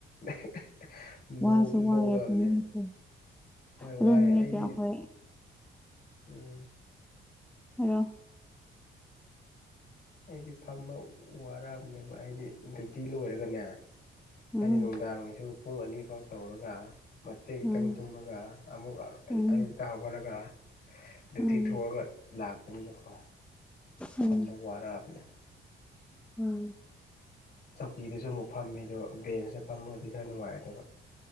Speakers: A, on the left (about 50°); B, in the centre.
A: <unintelligible> ꯅꯣꯛ
B: ꯋꯥꯁꯨ ꯋꯥꯏ
A: ꯅꯣꯛꯑꯕꯅꯦ
B: ꯑꯗꯨ ꯅꯨꯃꯤꯠꯇꯨ
A: ꯍꯣꯏ
B: ꯑꯗꯨ
A: ꯋꯥꯏ
B: ꯅꯨꯃꯤꯠꯇꯤ
A: ꯑꯩꯗꯤ
B: ꯑꯩꯈꯣꯏ
A: ꯎꯝ
B: ꯍꯥꯏꯔꯣ
A: ꯑꯩꯗꯤ ꯐꯝꯕ ꯋꯥꯔꯑꯛꯕꯅꯦꯕ ꯑꯩꯗꯤ ꯗ꯭ꯌꯨꯇꯤ ꯂꯣꯏꯔꯒꯅꯦ
B: ꯎꯝ
A: ꯍꯥꯏꯗꯤ ꯅꯨꯡꯗꯥꯡꯒꯤꯁꯨ ꯄꯨꯡ ꯑꯅꯤ ꯐꯥꯎ ꯇꯧꯔꯒ ꯃꯇꯦꯛ ꯈꯤꯇꯪ
B: ꯎꯝ
A: ꯇꯨꯝꯃꯒ ꯑꯃꯨꯛ
B: ꯎꯝ
A: ꯑ-ꯑꯌꯨꯛꯇ ꯍꯧꯒꯠꯂꯒ ꯗ꯭ꯌꯨꯇꯤ
B: ꯎꯝ
A: ꯊꯣꯛꯑꯒ ꯂꯥꯛꯄꯅꯤꯅꯀꯣ
B: ꯎꯝ
A: ꯐꯝꯕ ꯋꯥꯔꯛꯑꯕꯅꯦꯕ
B: ꯎꯝ
A: ꯆꯧꯀꯤꯗꯁꯨ ꯑꯃꯨꯛ ꯐꯝꯃꯤ ꯑꯗꯣ ꯕꯦꯟꯁꯇ ꯐꯝꯃꯗꯤ ꯈꯔ ꯅꯨꯡꯉꯥꯏꯗꯕ